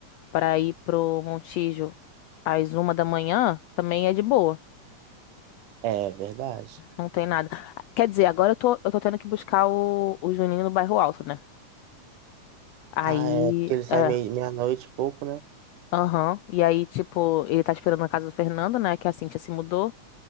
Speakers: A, on the left; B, on the right.
A: pra ir pro Montijo às uma da manhã, também é de boa,
B: é verdade.
A: não tem nada. Quer dizer, agora eu tô, eu tô tendo que buscar o, o Juninho no bairro Alto, né? Aí,
B: Ah, é, porque ele sai
A: é,
B: meia- meia-noite e pouco, né?
A: aham, e aí, tipo, ele tá esperando na casa do Fernando, né? Que a Cintia se mudou,